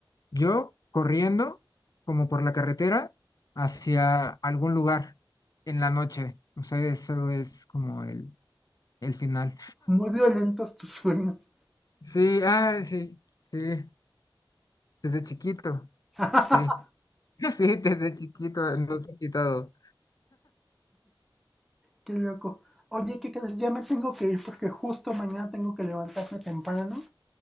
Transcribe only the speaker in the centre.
Muy violentos tus sueños.
<laughs>
Qué loco. Oye, ¿qué crees? Ya me tengo que ir porque justo mañana tengo que levantarme temprano